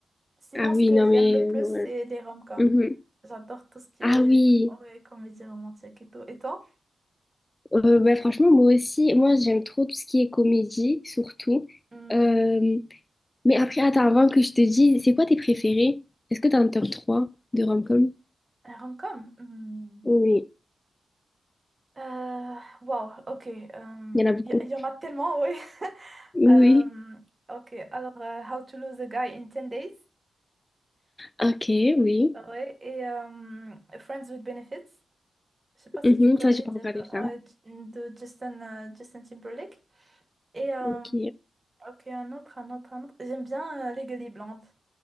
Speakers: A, on the right; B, on the left.
A: Sinon,
B: Ah oui,
A: ce que
B: non, mais...
A: j'aime le
B: euh,
A: plus, c'est les rom
B: ouais.
A: J'adore tout ce qui
B: Ah
A: est
B: oui,
A: ouais, comédie romantique et tout. Et toi?
B: Euh, bah, franchement, moi aussi, moi j'aime trop tout ce qui est comédie, surtout.
A: Hmm,
B: Euh, mais après, attends, avant que je te dise, c'est quoi tes préférés? Est-ce que t'as un top 3 de rom-com?
A: un rom-com? Hmm.
B: Oui,
A: Euh, wow, ok. Il
B: il y en a beaucoup.
A: y, y en a tellement, oui. <laughs>
B: Oui,
A: Euh, ok, alors euh, How to Lose a Guy in ten Days.
B: ok, oui.
A: Ouais, et euh, Friends with Benefits. Je sais pas si
B: Mhm,
A: tu connais
B: ça, j'ai pas
A: de,
B: regardé ça.
A: ouais, de Justin, euh, Justin Timberlake. Et euh,
B: Ok.
A: ok, un autre, un autre, un autre. J'aime bien euh, Legally Blonde.